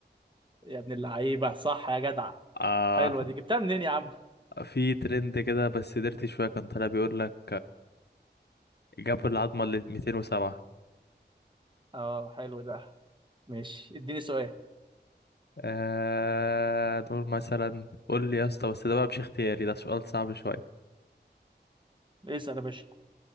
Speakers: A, on the right; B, on the left.
A: يا ابن اللعيبه صح يا جدع
B: آه
A: حلوة دي جبتها منين يا عم
B: في ترند كده بس درت شوية كان طالع بيقول لك جابوا العظمة اللي 207
A: اه حلو ده ماشي اديني سؤال
B: آه دول مثلا قول لي يا اسطى بس ده بقى مش اختياري ده سؤال صعب شوية
A: اسأل يا باشا